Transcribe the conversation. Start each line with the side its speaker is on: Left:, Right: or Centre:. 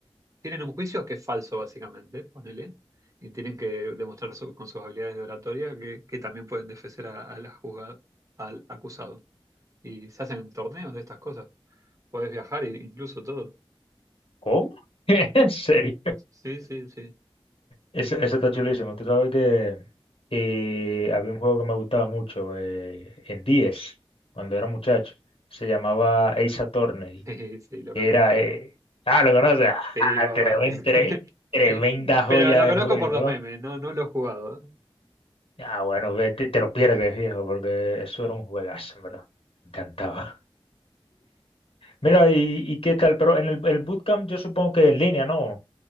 Right: tienen un juicio que es falso básicamente, ponele, y tienen que demostrar su- con sus habilidades de oratoria que, que también pueden defender a, a la juzga- al acusado. Y se hacen torneos de estas cosas, podés viajar e incluso todo.
Left: ¿Cómo? <laughs> ¿En serio?
Right: Sí, sí, sí.
Left: Eso, eso está chulísimo. Tú sabes que eh, había un juego que me gustaba mucho eh, en 10, cuando era muchacho. Se llamaba Ace Attorney.
Right: <laughs> Sí, sí, lo
Left: que
Right: conozco.
Left: era, eh, ah, lo conoces,
Right: Sí,
Left: ah,
Right: más
Left: tremen-
Right: vale.
Left: tre- tremenda
Right: <laughs>
Left: joya
Right: Pero lo
Left: de
Right: conozco
Left: juego.
Right: por los memes, no, no lo he jugado.
Left: Ah, bueno, ve, te, te lo pierdes, viejo, porque eso era un juegazo, en ¿verdad? Me encantaba. Mira, y, y qué tal, pero en el, el bootcamp yo supongo que en línea, ¿no?